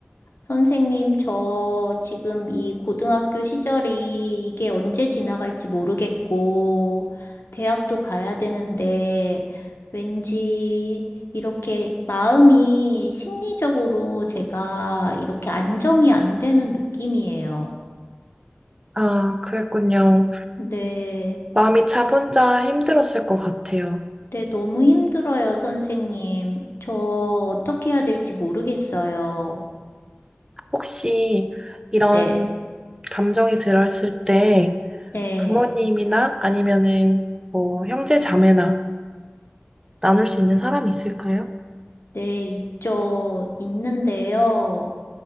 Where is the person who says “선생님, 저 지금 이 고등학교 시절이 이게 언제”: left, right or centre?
Left